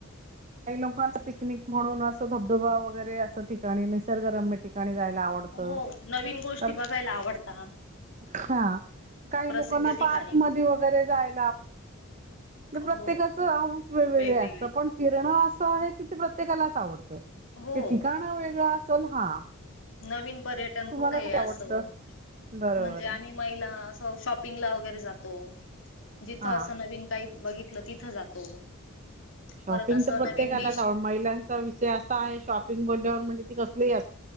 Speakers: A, on the right (about 35°); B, on the left (about 65°).
A: काही लोकांना पिकनिक म्हणून असं धबधबा वगैरे असं ठिकाणी रम्य ठिकाणी जायला आवडत
B: हो नवीन गोष्टी
A: तर
B: बघायला आवडता
A: ह काही
B: प्रसिद्ध
A: लोकांना
B: ठिकाणी
A: पार्क म वगैरे जाय प्रत्येकाच
B: हो
A: हस वेगग
B: वेगवेगळी
A: असत पण फिरणं असं आहे कि ते प्रत्येकालाच आवडत
B: हो
A: ते ठिकाण वेगळं असल हा
B: नवीन पर्यटन
A: तुम्हाला
B: कुठे आहे असं
A: आवडतं बरोबर
B: म्हणजे आम्ही
A: आहे
B: महिला शॉपिंगला वगैरे जातो जिथं
A: हा.
B: असं नवीन काही बघितलं तिथं जातो
A: शॉपिंग
B: परत असं
A: तर प्रत्येकाला
B: नवीन डिश
A: जाव महिलांचा विषय असा आहे शॉपिंग बोलल्यावर म्हणजे ती कसली अस